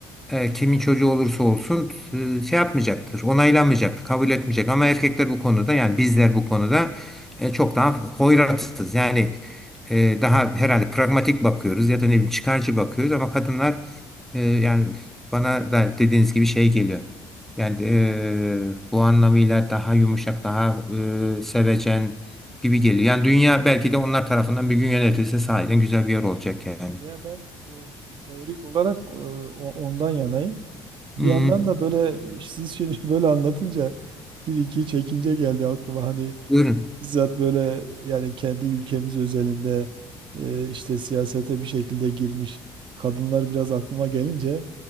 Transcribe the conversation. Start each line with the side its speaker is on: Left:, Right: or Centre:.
Centre: e, kimin çocuğu olursa olsun e, şey yapmayacaktır, onaylanmayacaktır, kabul etmeyecek. Ama erkekler bu konuda yani bizler bu konuda e, çok daha hoyratsız. Yani e, daha herhalde pragmatik bakıyoruz ya da ne bileyim çıkarcı bakıyoruz ama kadınlar e, yani bana da dediğiniz gibi şey geliyor. Yani e,
Right: Evet,
Centre: bu anlamıyla daha yumuşak, daha e, sevecen gibi geliyor. Yani dünya belki de onlar tarafından bir gün yönetilse sahiden güzel bir yer olacak
Right: evet.
Centre: yani.
Right: Ya ben e, te- teorik olarak e, o- ondan yanayım. Bir
Centre: Hmm,
Right: yandan da böyle e, siz şimdi <laughs> böyle anlatınca bir iki çekince geldi aklıma hani
Centre: buyurun.
Right: Bizzat böyle yani kendi ülkemiz özelinde e, işte siyasete bir şekilde girmiş kadınlar biraz aklıma gelince